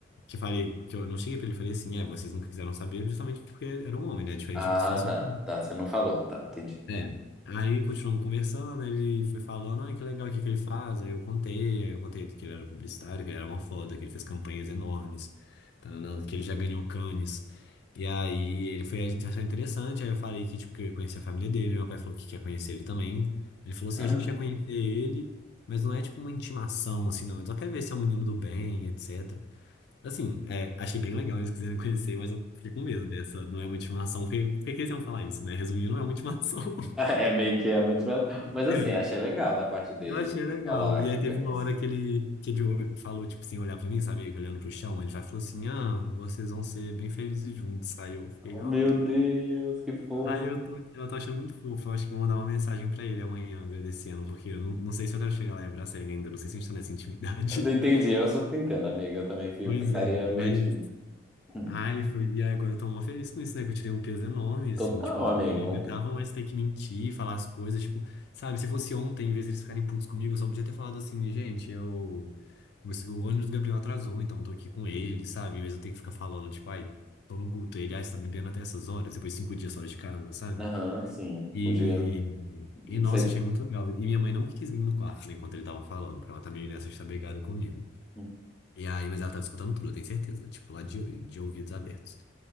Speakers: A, on the left (about 55°); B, in the centre.
A: que eu falei, que eu não cheguei pra ele, e falei assim, é, vocês nunca quiseram saber justamente porque era um homem, né? Diferente
B: Ah,
A: da situação.
B: tá. Tá, você não falou. Tá, entendi.
A: É, aí continuamos conversando, ele foi falando, ah, que legal, o que que ele faz? Aí eu contei, aí eu contei que ele era publicitário, que ele era uma foda, que ele fez campanhas enormes, tananã, que ele já ganhou Cannes. E aí ele foi, a gente achou interessante, aí eu falei que, tipo, que eu ia conhecer a família dele, meu pai falou que quer conhecer ele também. Ele falou assim,
B: <laughs>
A: a gente quer conhecer ele, mas não é, tipo, uma intimação, assim, não, ele só quer ver se é um menino do bem, etc. Assim, é, achei bem legal eles quiserem <laughs> conhecer, mas eu fiquei com medo dessa, não é uma intimação, porque por que que eles iam falar isso, né? Resumindo, não é uma intimação.
B: É meio que é muito. Mas
A: É,
B: assim, achei legal da parte dele
A: eu achei legal.
B: falar
A: E
B: que
A: aí teve
B: quer conhecer.
A: uma hora que ele, que ele falou, tipo, sem olhar pra mim, sabe? Meio que olhando pro chão. Ele vai- falou assim, ah, vocês vão ser bem felizes juntos. Aí eu fiquei,
B: Oh,
A: ai.
B: meu Deus, que fofo.
A: Aí eu tô, eu tô achando muito fofo. Eu acho que vou mandar uma mensagem pra ele amanhã, agradecendo. Porque eu não, não sei se eu quero chegar lá e abraçar ele ainda. Não sei se a gente tá nessa intimidade.
B: Eu
A: <laughs>
B: Entendi, eu super entendo, amiga. Eu também fi-
A: Pois
B: ficaria
A: é, mas
B: meio tímido. Hum.
A: Ai, foi... E aí agora eu tô mó feliz com isso, né? Que eu tirei um peso enorme, assim,
B: Total,
A: tipo, eu
B: amigo.
A: não aguentava
B: Um p-
A: mais ter que mentir, falar as coisas, tipo, sabe, se fosse ontem, em vez de eles ficarem putos comigo, eu só podia ter falado assim, gente, eu. O ônibus do Gabriel atrasou, então eu tô aqui com ele, sabe? Em vez de eu ter que ficar falando, tipo, ai, tô no Guto, ele, ai, você tá bebendo até essas horas, depois cinco dias fora de casa, sabe?
B: Aham, sim.
A: E.
B: Podia
A: E nossa,
B: ser.
A: achei muito legal. E minha mãe não quis vir no quarto, né, enquanto ele tava falando, porque ela tá meio nessa de estar brigada comigo.
B: hum,
A: E aí, mas ela tava escutando tudo, eu tenho certeza, tipo, lá de, de ouvidos abertos.